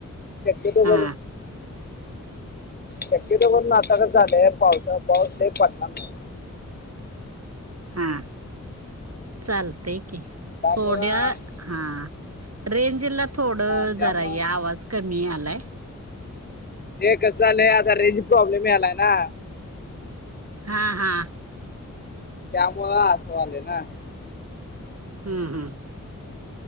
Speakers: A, on the left; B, on the right.
A: शक्यतो
B: हा
A: वर शक्यत कर आता का चालूये पावसा पाऊस काय पडणार नाही
B: हा चालत की
A: त्यामुळं
B: थोड्या हा रेंजला थोड
A: हा, त्यामुळं
B: जरा ये आवाज कमी आलाय
A: हे कसं झालंय आता रेजी प्रॉब्लेम आलाय ना
B: हा हा
A: त्यामुळ असं व्हालंय ना
B: हम्म हम्